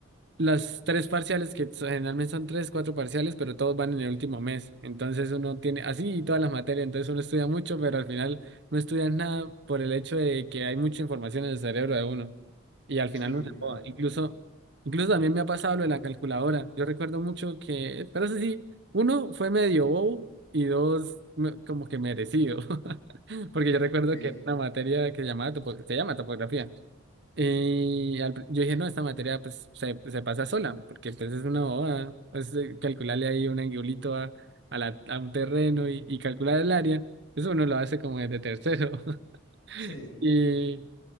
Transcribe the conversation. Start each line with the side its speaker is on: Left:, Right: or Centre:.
Right: las tres parciales, que so- generalmente son tres, cuatro parciales, pero todos van en el último mes. Entonces uno tiene así y todas las materias, entonces uno estudia mucho, pero al final no estudia nada por el hecho de que hay mucha información en el cerebro de uno. Y al final
Left: Sí,
Right: uno se
Left: claro.
Right: joda. Incluso, incluso también me ha pasado lo de la calculadora. Yo recuerdo mucho que, pero eso sí, uno fue medio bobo y dos me- como que merecido. <laughs> Porque yo recuerdo
Left: Ok.
Right: que era una materia que se llamaba topo- se llama topografía. Y al pr- yo dije, no, esta materia pues se, se pasa sola, porque pues es una bobada, pues eh, calcularle ahí un angulito a, a, la, a un terreno y, y calcular el área, eso uno lo hace como desde tercero.
Left: Sí.
Right: <laughs> ¿Y,